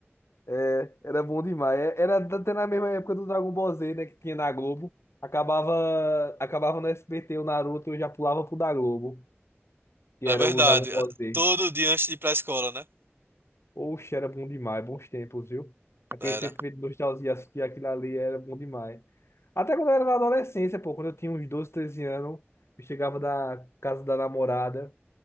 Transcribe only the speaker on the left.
É, era bom demais. É, Era até na mesma época do Dragon Ball Z, né, que tinha na Globo. Acabava, acabava no SBT o Naruto, eu já pulava pro da Globo, que
era
o Dragon Ball Z.
Oxe, era bom demais, bons tempos, viu? Aquele
sentimento de nostalgia, assistir aquilo ali era bom demais. Até quando eu era na adolescência, pô, quando eu tinha uns 12, 13 anos, eu chegava da casa da namorada,